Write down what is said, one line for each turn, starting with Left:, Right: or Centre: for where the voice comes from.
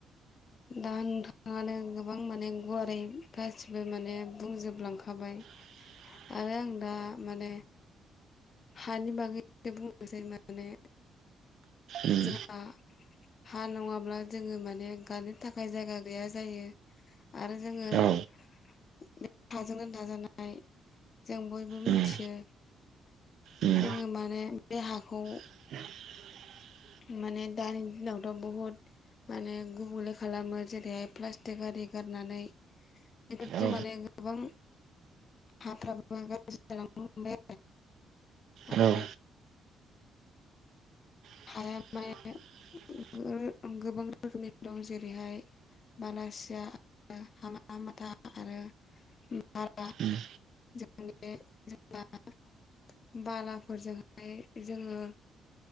Left: दा नोंथाङानो गोबां माने गुवारै गासिबो माने बुंजोबलांखाबाय।
Right: <inaudible>
Left: आरो आं दा माने हानि बागै बुंनोसै मोन माने
Right: उम
Left: जोंहा हा नङाब्ला जोङो माने गानो थाखाय जायगा गैया जायो आरो जोङो
Right: औ
Left: <unintelligible> हाजोंनो दाजानाय जों बयबो मिथियो
Right: उम उम
Left: जोङो माने बे हाखौ
Right: <inaudible>
Left: माने दानि दिनावथ' बहुद माने गुबुंले खालामो जेरैहाय प्लास्टिक आरि गारनानै बेफोरजों
Right: औ
Left: माने गोबां हाफ्राबो गाज्रि जालांनो हमबाय
Right: औ
Left: आरो
Right: <inaudible>
Left: हाया माने <unintelligible> गोबां रोखोमनि दं जेरैहाय बालासिया हामामाथा आरो बाला
Right: उम
Left: <unintelligible> बालाफोरजोंहाय जोङो